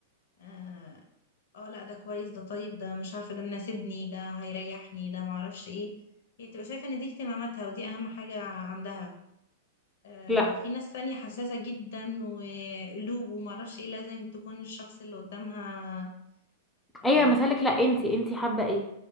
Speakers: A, on the left; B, in the centre.
A: اه آه، لا ده كويس ده طيب ده مش عارفة ده مناسبني ده هيريحني ده معرفش ايه هي تبقى شايفة ان دي اهتماماتها ودي اهم حاجة عندها آه،
B: لا
A: وفي ناس تانية حساسة جدا وقلوب ومعرفش ايه لازم تكون الشخص اللي قدامها آه،
B: اي مسالك لا انت انت حابة ايه